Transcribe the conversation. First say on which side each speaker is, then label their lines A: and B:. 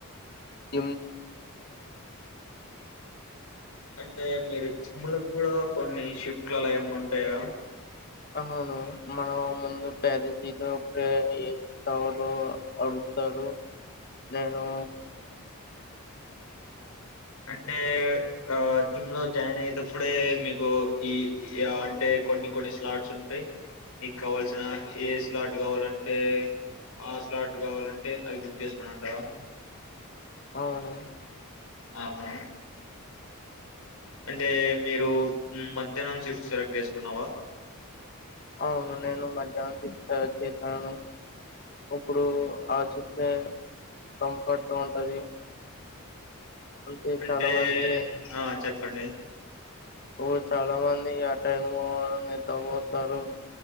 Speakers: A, on the left; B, on the left.
A: <unintelligible>
B: అంటే మీరు చీముల కి కూడా కొన్ని షిఫ్ట్లు అలా ఏమైనా ఉంటాయా
A: అవును మనం ముందు పేద చీతే ఏ కావాలో అడుగుతారు నేను
B: అంటే ఆ జిమ్ లో జాయిన్ అయ్యేటప్పుడే, మీకు ఈ అంటే కొన్ని కొన్ని స్లాట్స్ ఉంటాయి. మీకు కావాల్సిన ఏ స్లాట్ కావాలంటే, ఆ స్లాట్ కావాలంటే అది బుక్ చేసుకుని అంటారా.
A: అవును
B: ఆహా అంటే మీరు మధ్యాహ్నం షిఫ్ట్ సెలెక్ట్ చేసుకున్నావా.
A: అవును నేను మధ్యాహ్నం చేస్తాను ఇప్పుడు ఆ చూస్తేనే కంఫర్ట్గా ఉంటది అంతే
B: అంటే
A: చాలా మంది
B: ఆ చెప్ ప్పండి
A: ఒ చాలా మంది ఆ టైం లో నిద్రపోతారు